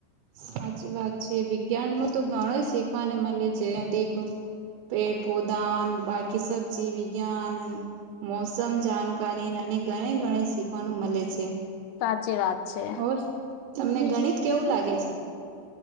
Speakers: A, on the right; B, on the left.
A: સાચી વાત છે વિજ્ઞાન નું તો ઘણોય શીખવાને મળે છે દેખલો. પેડ પૌધા બાકી સબજી વિજ્ઞાન મોસમ જાણકારી અને ગણે ગણ શીખવાનું મળે છે.
B: સાચી વાત છે
A: ઓર તમને ગણીત કેવું લાગે છે.